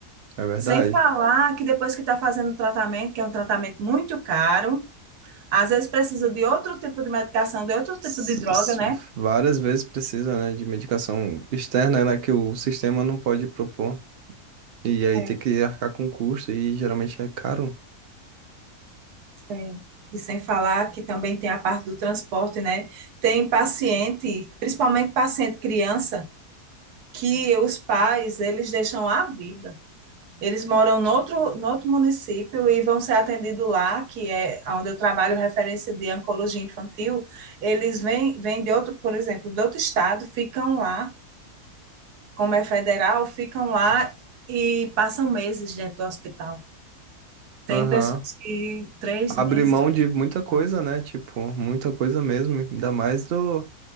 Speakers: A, on the right; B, on the right.
A: é verdade.
B: Sem falar que depois que está fazendo o tratamento, que é um tratamento muito caro, às vezes precisa de outro tipo de medicação, de outro tipo
A: S-
B: de droga, né?
A: s- Várias vezes precisa, né, de medicação externa, né, que o sistema não pode propor. E aí
B: É.
A: tem que arcar com custo e geralmente é caro.
B: Tem. E sem falar que também tem a parte do transporte, né? Tem paciente, principalmente paciente criança, que os pais, eles deixam a vida. Eles moram no outro, no outro município e vão ser atendidos lá, que é onde eu trabalho, referência de oncologia infantil. Eles vêm, vêm de outro, por exemplo, de outro estado, ficam lá, como é federal, ficam lá e passam meses dentro do hospital. Tem
A: Aham.
B: pessoas que três
A: Abre
B: meses.
A: mão
B: e
A: de muita coisa,
B: tal.
A: né? Tipo, muita coisa mesmo. Ainda mais do,